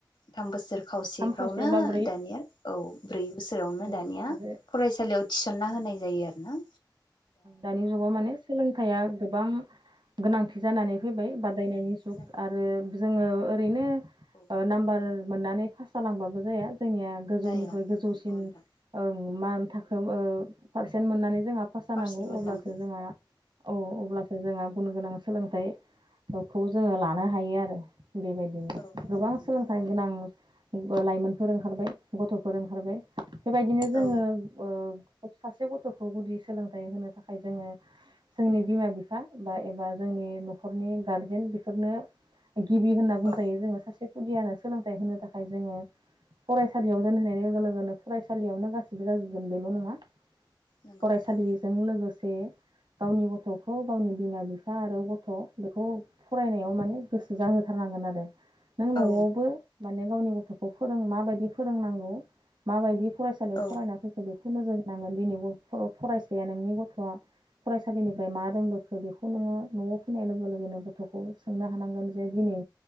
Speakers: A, on the left (about 75°); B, on the right (about 80°).
A: थाम बोसोर खावसेफ्रावनो
B: थाम खावसे बा ब्रै
A: दानिया औ ब्रै बोसोरावनो
B: औ
A: दानिया
B: आरो
A: फरायसालियाव थिसनना होनाय
B: उम
A: जायो आरो ना
B: दानि जुगाव माने सोलोंथाइया गोबां गोनांथि जानानै फैबाय बादायनायनि
A: गोनांथि
B: जुग
A: जानानै
B: आरो
A: फैबाय
B: जोंङो ओरैनो
A: औ
B: ओ नाम्बार मोननानै पास जालांबाबो जाया जोंनिया गोजौनिख्रुइ
A: जाया
B: गोजौसिन
A: नंगौ नोंथां
B: ओं मा थाखायो ओ पारसेन्ट मोननानै जोंहा पास जानांगौ
A: पारसेन्ट मोननांगौ
B: अब्लासो जोंहा औ अब्लासो जोंहा गुन गोनां सोलोंथाइखौ जोंङो लानो हायो आरो। बेबायदिनो
A: औ नंगौ
B: गोबां
A: नोंथां
B: सोलोंथाइ गोनां ओ लाइमोनफोर ओंखारबाय गथ'फोर ओंखारबाय बेबायदिनो जोंङो
A: औ
B: ओ सासे गथ'खौ गुदि सोलोंथाइ होनो थाखाय जोंङो जोंनि बिमा बिफा बा एबा जोंनि न'खरनि गारजेन बेफोरनो गिबि होनना बुंजायो
A: औ
B: जोंङो सासे खुदियानो सोलोंथाइ होनो थाखाय जोंङो फरायसालियाव दोनहोनाय लोगो लोगोनो फसा सलियावनो गासिबो जाजोबगोन बेल' नङा
A: नंगौ
B: फरायसालिजों
A: नोंथां
B: लोगोसे गावनि गथ'खौ गावनि बिमा बिफा आरो गथ' बेखौ फरायनायाव माने गोसो जाहोथारनाौ थांगोन आरो नों न'आवबो
A: औ
B: माने गावनि गथ'खौ फोरों माबायदि फोरोंनांगौ माबायदि फरायसालियाव
A: औ
B: फरायना फैखो बेखौ नोजोर होनांगोन दिनै फरायसाया नोंनि गथ'आ फरायसालिनि मा
A: नंगौ
B: रोंबोखो बेखौ नोङो न'आव फैनाय लोगो लोगोनो गथ'खौ सोंनो हानांगोन जे दिनै